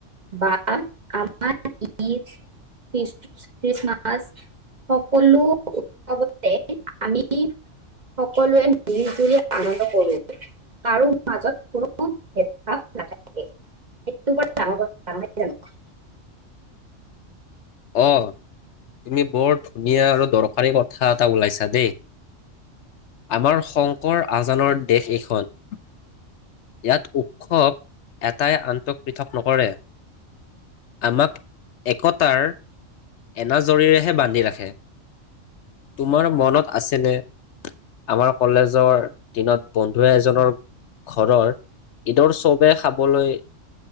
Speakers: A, on the right; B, on the left.
A: বা আমাৰ ঈদ, খ্ৰীষ্টমাছ সকলো উৎসৱতে আমি সকলোৱে মিলি জুলি আনন্দ কৰোঁ, কাৰো মাজত কোনো ভেদভাৱ নাথাকে। সেইতো বৰ ডাঙৰ কথা নহয় জানো?
B: অ' তুমি বৰ ধুনীয়া আৰু দৰকাৰী কথা এটা ওলিয়াইছা দেই। আমাৰ শংকৰ-আজানৰ দেশ এইখন। ইয়াত উৎসৱে এটাই আনটোক পৃথক নকৰে। আমাক একতাৰ এনাজৰীৰেহে বান্ধি ৰাখে। তোমাৰ মনত আছেনে আমাৰ কলেজৰ দিনত বন্ধু এজনৰ ঘৰত ঈদত চবে খাবলৈ